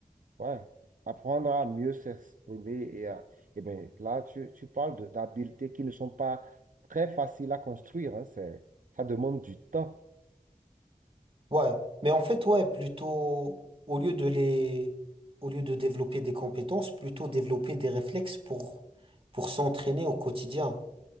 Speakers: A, on the right (about 65°); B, on the right (about 40°).
A: ouais. Apprendre à mieux s'exprimer et à, et ben là, tu, tu parles de- d'habiletés qui ne sont pas très faciles à construire, hein, c'est, ça demande du temps.
B: Ouais, mais en fait, ouais, plutôt, au lieu de les, au lieu de développer des compétences, plutôt développer des réflexes pour, pour s'entraîner au quotidien.